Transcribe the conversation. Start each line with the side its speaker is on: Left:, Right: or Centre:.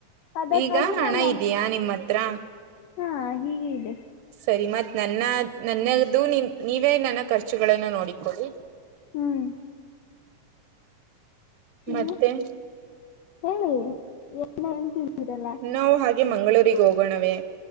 Left: ಅದಕ್ಕಾಗಿ
Right: ಈಗ ಹಣ
Left: ನಮ್ಮ
Right: ಇದೆಯಾ ನಿಮ್ಮ ಹತ್ರ.
Left: ಹಾ ಹೀಗೆ ಇದೆ
Right: ಸರಿ ಮತ್ ನನ್ನ ನನ್ನದು ನೀವೇ ನನ್ನ ಖರ್ಚುಳನ್ನು ನೋಡಿಕೊಳ್ಳಿ
Left: ಹ್ಮೂ.
Right: ಮತ್ತೆ
Left: ಇನ್ನು ಹೇಳಿ ಏನೋ ಹೇಳ್ತಿದೀರಲಾ
Right: ನಾವು ಹಾಗೆ ಮಂಗಳೂರಿಗೆ ಹೋಗೋಣವೇ